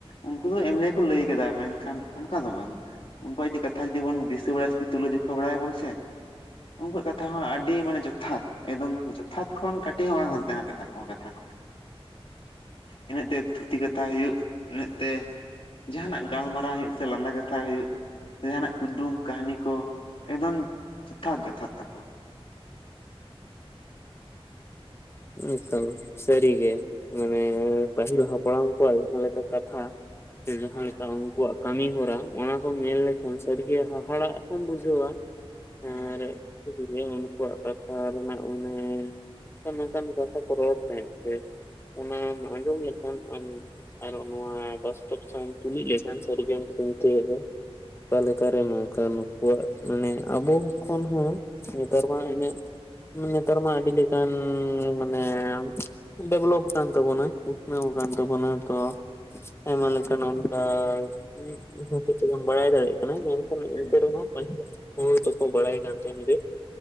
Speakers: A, on the left; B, on the left.
A: ᱩᱱᱠᱩ ᱫᱚ ᱮᱢᱱᱤ ᱠᱚ ᱞᱟᱹᱭ ᱟᱠᱟᱫᱟ ᱢᱮᱱᱠᱷᱟᱱ ᱚᱱᱠᱟ ᱫᱚ ᱵᱟᱝ ᱩᱱᱠᱩᱣᱟᱜ ᱡᱩᱫᱤ ᱠᱟᱛᱷᱟ ᱡᱩᱫᱤ ᱵᱚᱱ ᱫᱤᱥᱟᱹ ᱵᱟᱲᱟ ᱛᱩᱞᱟᱹᱡᱚᱠᱷᱟ ᱵᱟᱲᱟᱭᱟᱵᱚᱱ ᱥᱮ ᱩᱱᱠᱩᱣᱟᱜ ᱠᱟᱛᱷᱟ ᱦᱚᱸ ᱟᱹᱰᱤ ᱢᱟᱱᱮ ᱡᱚᱛ ᱡᱚᱛᱷᱟᱛ ᱮᱠᱫᱚᱢ ᱡᱚᱛᱷᱟᱛ ᱠᱷᱚᱱ ᱠᱟᱹᱴᱤᱡ ᱦᱚᱸ ᱵᱟᱝ ᱦᱟᱱᱛᱮ ᱱᱟᱱᱛᱮ ᱛᱟᱠᱚᱣᱟ ᱠᱟᱛᱷᱟ ᱠᱚ ᱤᱱᱟᱹᱜ ᱛᱮ ᱛᱷᱩᱛᱤ ᱠᱟᱛᱷᱟ ᱦᱩᱭᱩᱜ ᱤᱱᱟᱹᱜ ᱛᱮ ᱡᱟᱦᱟᱱᱟᱜ ᱜᱟᱞᱢᱟᱨᱟᱣ ᱦᱩᱭᱩᱜ ᱥᱮ ᱞᱟᱸᱫᱟ ᱠᱟᱛᱷᱟ ᱦᱩᱭᱩᱜ ᱡᱟᱦᱟᱱᱟᱜ ᱠᱩᱫᱩᱢ ᱠᱟᱹᱦᱱᱤ ᱠᱚ ᱮᱠᱫᱚᱢ ᱡᱚᱛᱷᱟᱛ ᱡᱚᱛᱷᱟᱛ ᱛᱟᱠᱚᱣᱟ
B: ᱦᱮᱸ ᱛᱚ ᱥᱟᱹᱨᱤ ᱜᱮ ᱢᱟᱱᱮ ᱯᱟᱹᱦᱤᱞ ᱦᱟᱯᱲᱟᱢ ᱠᱚᱣᱟᱜ ᱡᱟᱦᱟᱸ ᱞᱮᱠᱟ ᱠᱟᱛᱷᱟ ᱥᱮ ᱡᱟᱦᱟᱸᱮ
A: ᱦᱳᱭ
B: ᱞᱮᱠᱟ ᱩᱱᱠᱩᱣᱟᱜ ᱠᱟᱹᱢᱤ ᱦᱚᱨᱟ ᱚᱱᱟ ᱠᱚᱢ ᱧᱮᱞ ᱞᱮᱠᱷᱟᱱ ᱥᱟᱹᱨᱜᱤᱮ ᱦᱟᱻᱦᱟᱻᱲᱟᱜ ᱠᱚᱢ ᱵᱩᱡᱷᱟᱹᱣᱟ
A: ᱦᱳᱭ
B: ᱟᱨ ᱮ ᱩᱱᱠᱩᱣᱟᱜ ᱠᱟᱛᱷᱟ ᱨᱮᱱᱟᱜ ᱢᱟᱱᱮ <unintelligible> ᱚᱱᱠᱟᱱ ᱠᱟᱛᱷᱟ ᱠᱚ ᱨᱚᱲ ᱛᱟᱦᱮᱸᱫ ᱥᱮ ᱚᱱᱟᱢ ᱟᱸᱡᱚᱢ ᱞᱮᱠᱷᱟᱱ ᱟᱢ ᱟᱨᱚ ᱱᱚᱣᱟ <inaudible> ᱥᱟᱶ ᱛᱩᱞᱩᱡ <inaudible> ᱚᱠᱟ ᱞᱮᱠᱟᱨᱮ ᱱᱚᱝᱠᱟ ᱱᱩᱠᱩᱣᱟᱜ ᱢᱟᱱᱮ ᱟᱵᱚ ᱠᱷᱚᱱ ᱦᱚᱸ ᱱᱮᱛᱟᱨ ᱢᱟ ᱤᱱᱜᱟ. ᱜ ᱱᱮᱛᱟᱨ ᱢᱟ ᱟᱹᱰᱤ ᱞᱮᱠᱟᱱ ᱢᱟᱱᱮ ᱰᱮᱵᱷᱞᱚᱯ ᱟᱠᱟᱱ ᱛᱟᱵᱚᱱᱟ ᱩᱛᱱᱟᱹᱣ ᱟᱠᱟᱱ ᱛᱟᱵᱚᱱᱟ ᱛᱚ ᱟᱭᱢᱟ ᱞᱮᱠᱟ ᱱᱚᱱᱠᱟ <unintelligible> ᱵᱟᱲᱟᱭ ᱫᱟᱲᱮᱜ ᱠᱟᱱᱟ, ᱢᱮᱱᱠᱷᱟᱱ ᱤᱱᱛᱮ
A: ᱦᱮᱸ
B: ᱨᱮᱦᱚᱸ ᱯᱟᱹᱦᱤᱞ ᱦᱚᱲ ᱫᱚᱠᱚ ᱵᱟᱲᱟᱭ ᱠᱟᱱ ᱛᱟᱦᱮᱱ ᱜᱮᱭᱟ